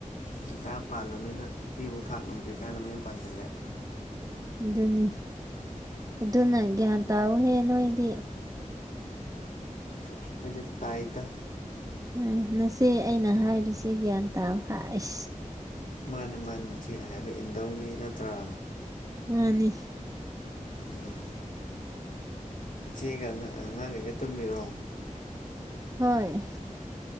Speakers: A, on the left (about 80°); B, on the right (about 25°).
A: ꯉꯟꯇꯥ ꯄꯥꯜꯂ꯭ꯕꯅꯤꯅ ꯅꯨꯄꯤꯕꯧ ꯊꯥꯛ ꯉꯝꯗ꯭ꯔꯤ ꯀꯥꯟꯗ ꯃꯌꯨꯝ ꯄꯥꯟꯖꯤꯜꯂꯦ
B: ꯑꯗꯨꯅꯤ ꯑꯗꯨꯅ ꯒ꯭ꯌꯥꯟ ꯇꯥꯎꯋꯣꯍꯦ ꯅꯣꯏꯗꯤ
A: ꯑꯩꯈꯣꯏꯗꯤ ꯇꯥꯏꯗ
B: ꯎꯝ ꯅꯆꯦ ꯑꯩꯅ ꯍꯥꯏꯔꯤꯁꯦ ꯒ꯭ꯌꯥꯟ ꯇꯥꯎ ꯍꯥꯏꯁ
A: ꯃꯥꯅꯦ ꯃꯥꯅꯦ ꯏꯆꯦꯅ ꯍꯥꯏꯕ ꯏꯟꯗꯧꯅꯤ ꯅꯠꯇ꯭ꯔꯥ
B: ꯃꯥꯅꯤ
A: ꯎꯝ ꯏꯆꯦꯒ ꯑꯉꯥꯡꯒꯩꯒ ꯇꯨꯝꯃꯤꯔꯣ
B: ꯍꯣꯏ